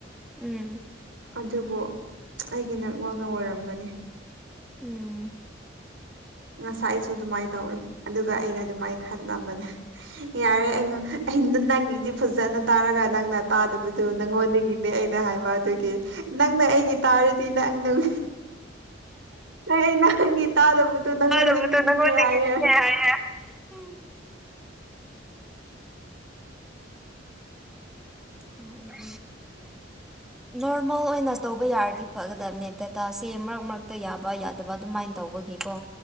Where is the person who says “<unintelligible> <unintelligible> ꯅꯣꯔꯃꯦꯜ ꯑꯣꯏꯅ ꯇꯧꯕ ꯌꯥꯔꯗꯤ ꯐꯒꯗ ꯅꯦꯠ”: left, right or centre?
Centre